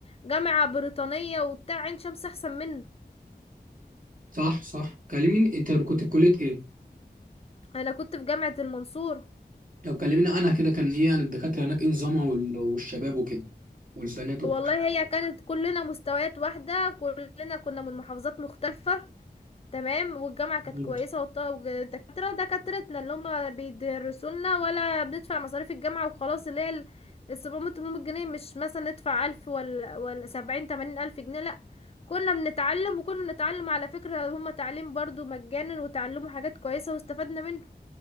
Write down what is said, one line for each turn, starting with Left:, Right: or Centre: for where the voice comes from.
Left: جامعه بريطانيه وبتاع عين شمس احسن منه
Right: صح صح كلميني انت كنت في كليه ايه
Left: انا كنت في جامعه المنصوره
Right: لو كلميني انا كده كان ايه يعني الدكاتره هناك ايه نظامها وال- والشباب وكده والبنات والكلام
Left: والله هي كانت كلنا مستويات واحده كلنا كنا من محافظات مختلفه تمام والجامعة كانت
Right: ده.
Left: كويسة والط- والدكاترة دكاترتنا اللي هما بيدرسولنا ولا بندفع مصاريف الجامعة وخلاص اللي هي ال- السبعمية تمنمية جنيه مش مثلا ندفع ألف ولا ولا سبعين تمانين ألف جنيه لأ كنا بنتعلم وكنا بنتعلم على فكرة هما تعليم برضو مجانا وتعلموا حاجات كويسة واستفدنا منه